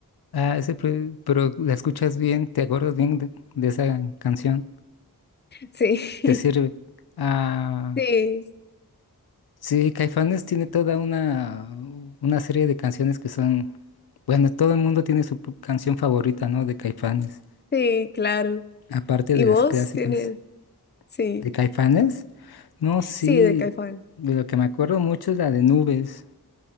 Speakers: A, on the left; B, on the left.
A: ah, ese pre- pero la escuchas bien, te acuerdas bien de, de esa canción.
B: Sí,
A: Te sirve.
B: <laughs>
A: Ah,
B: sí,
A: sí, Caifanes tiene toda una, una serie de canciones que son... Bueno, todo el mundo tiene su p- canción favorita, ¿no? De Caifanes.
B: sí, claro.
A: Aparte
B: ¿Y
A: de
B: vos
A: las clásicas.
B: tienes? Sí,
A: ¿De Caifanes? No, sí,
B: sí, de Caifán.
A: de lo que me acuerdo mucho es la de Nubes